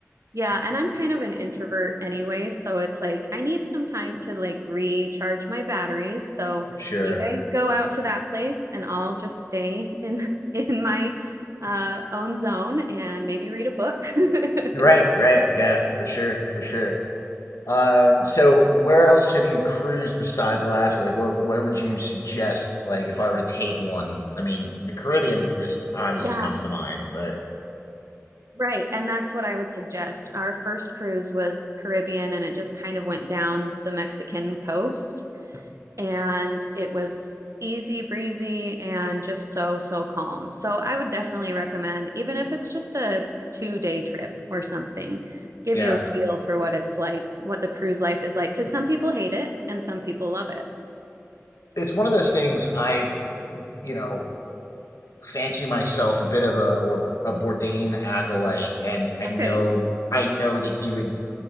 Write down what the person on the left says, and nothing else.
Sure.
Right, right. Yeah, for sure, for sure. Um, so where else have you cruised besides Alaska? Like, where where would you suggest, like, if I were to take one? I mean, the Caribbean just obviously
comes to mind, but
yeah,
it's one of those things I, you know, fancy myself a bit of a or a Bourdain acolyte, and I
know I know that he would